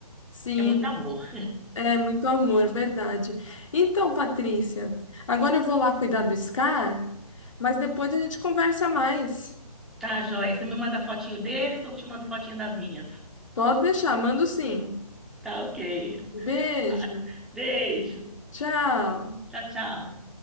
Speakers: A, on the left; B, in the centre.
A: sim,
B: É muito amor.
A: é muito amor, verdade. Então, Patrícia, agora eu vou lá cuidar do Scar, mas depois a gente conversa mais.
B: Tá, joia? Você me manda fotinho dele que eu te mando fotinho das minhas.
A: Pode deixar, mando sim.
B: Tá ok. <laughs>
A: Beijo,
B: Ah, Beijo.
A: tchau.
B: Tchau, tchau.